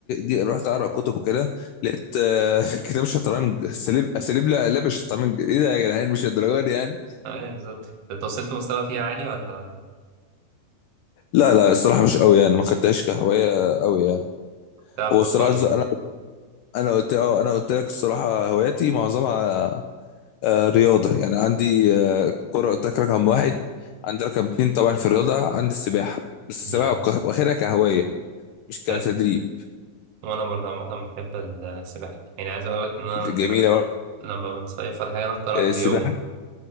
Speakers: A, on the left; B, on the right.
A: ورحت اقرا كتب وكده لقيت آه، <laughs> كتاب شطرنج اساليب اساليب لا لعب الشطرنج ايه ده يا جدعان مش الدرجه دي يعني
B: <laughs> ايوه بالظبط انت وصلت مستوى فيها عالي ولا
A: لا لا الصراحة مش قوي يعني ما خدتهاش كهواية قوي يعني
B: بتلعب فور
A: هو الصراحة
B: فن
A: ز-
B: يعني؟
A: أنا أنا قلت أه أنا قلت لك الصراحة هواياتي معظمها آه، رياضة يعني عندي آه، كرة قلت لك رقم واحد عندي رقم اتنين طبعا في الرياضة عندي السباحة بس
B: مم.
A: السباحة وك- واخدها كهواية مش كتدريب
B: حلو وانا برضه عامة بحب السباحة يعني عايز اقول لك ان انا
A: جميلة
B: لما بنصيف ولا حاجة أنا أكتر واحد
A: آه،
B: بيعوم
A: السباحة